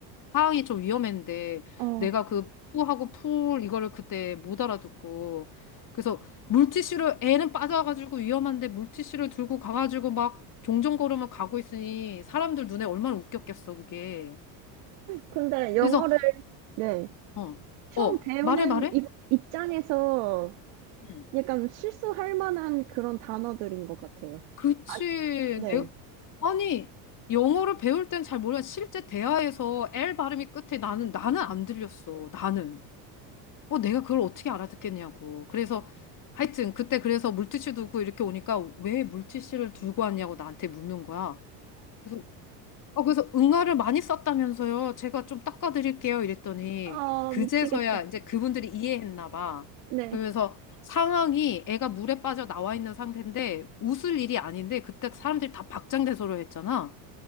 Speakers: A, on the left; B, on the right.
A: 상황이 좀 위험했는데
B: 어,
A: 내가 그 푸하고 풀 이거를 그때 못 알아듣고 그래서 물티슈를 애는 빠져가지고 위험한데 물티슈를 들고 가가지고 막 종전걸음을 가고 있으니 사람들 눈에 얼마나 웃겼겠어 그게
B: 근데 영어를
A: 그래서
B: 네.
A: 어,
B: 처음
A: 어
B: 배우는
A: 말해 말해
B: 입, 입장에서
A: 응.
B: 약간 실수할 만한 그런 단어들인 것 같아요.
A: 그치
B: 아, 네.
A: 내, 아니 영어를 배울 땐 잘 몰라 실제 대화에서 L 발음이 끝에 나는 나는 안 들렸어 나는 어, 내가 그걸 어떻게 알아듣겠냐고. 그래서 하여튼 그때 그래서 물티슈 두고 이렇게 오니까 왜 물티슈를 들고 왔냐고 나한테 묻는 거야. 그래서 어, 그래서 응아를 많이 썼다면서요. 제가 좀 닦아드릴게요. 이랬더니
B: 아,
A: 그제서야
B: 미치겠다.
A: 이제 그분들이 이해했나 봐.
B: 네.
A: 그러면서 상황이 애가 물에 빠져 나와 있는 상태인데 웃을 일이 아닌데 그때 사람들이 다 박장대소를 했잖아.